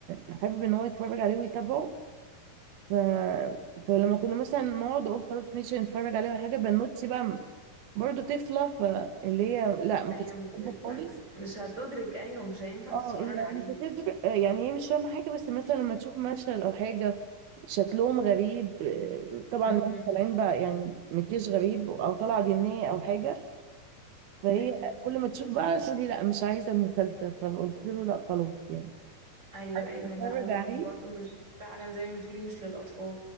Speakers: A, on the right (about 85°); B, on the right (about 20°).
A: حابب ان هو يتفرج عليه ويتابعه ف... فلما كنا مثلا نقعد اقول خلاص ماشي نتفرج عليه ولا حاجه بنوتي بقى برضه طفله فاللي هي لا ما
B: ايوه
A: كانتش بتحبه
B: مش
A: خالص
B: مش هتدرك ايوه مش هينفع
A: اه
B: تتفرج
A: يعني
B: عليه
A: بتدر... يعني هي مش فاهمه حاجه بس مثلا لما تشوف مشهد او حاجه شكلهم غريب آه، طبعا
B: امم
A: هم طالعين بقى يعني مكياج غريب او طالعه جنيه او حاجه فهي
B: ايوه
A: كل ما تشوف بقى تقولي لا مش عايزه المسلسل فقلت له لا خلاص يعني
B: ايوه
A: عايز
B: ايوه
A: تتفرج
B: لا هو
A: عليه
B: برضو مش فعلا زي ما بتقولي مش للاطفال